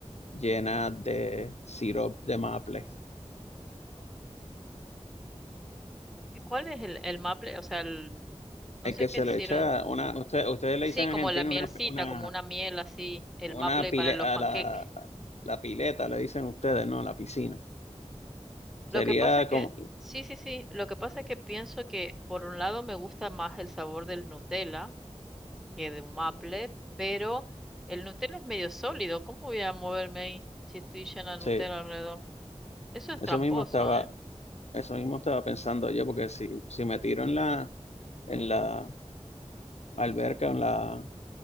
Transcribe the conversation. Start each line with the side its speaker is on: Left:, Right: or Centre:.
Left: llena de sirope de maple?
Centre: ¿Y ¿Cuál es el, el maple? O sea, el, mm, no
Left: Es
Centre: sé
Left: que
Centre: qué
Left: se
Centre: sirve.
Left: le echa una, usted- ustedes le
Centre: Sí,
Left: dicen en
Centre: como
Left: Argentina
Centre: la mielcita,
Left: una, una,
Centre: como una miel así, el
Left: una
Centre: maple
Left: pile,
Centre: para los
Left: a
Centre: panqueques.
Left: la, la pileta, le dicen ustedes, no, la piscina. Sería
Centre: Lo que pasa es que,
Left: como,
Centre: sí, sí, sí, lo que pasa es que pienso que por un lado me gusta más el sabor del Nutella que de un maple, pero el Nutella es medio sólido. ¿Cómo voy a moverme ahí si estoy llena de
Left: sí,
Centre: Nutella alrededor? Eso es
Left: eso
Centre: tramposo,
Left: mismo estaba,
Centre: ¿eh?
Left: eso mismo estaba pensando yo, porque si, si me tiro en la, en la alberca, en la